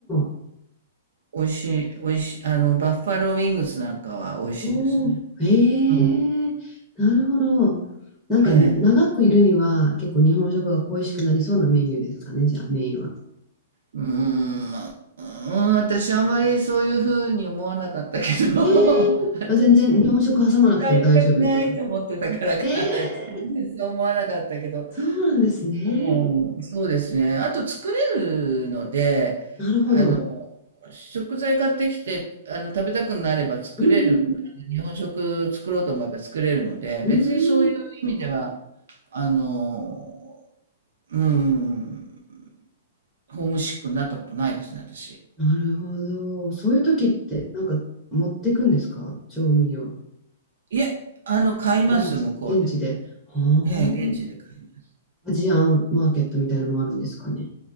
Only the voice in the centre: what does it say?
ど。
おー。へえ。
なるほど。なんかな長くいるには結構日本食が恋しくなりそうなメニューですかね、
じゃあメインは。
ええ。
あ全然日本食挟まなくても大丈夫ですか
え
え。そうなんですね。
なるほど。
うんうん。
うーん。
なるほど。そういう時って、なんか持ってくんですか調味料。
現地、
現地で。は
あ。アジアンマーケットみたいのもあるんですかね。